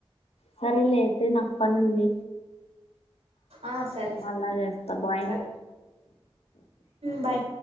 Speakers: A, on the left; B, on the right.
A: సరే లే అయితే నాక్ పనుంది
B: ఆ సరే
A: మల్లా చేస్తా బాయ్
B: సరే బాయ్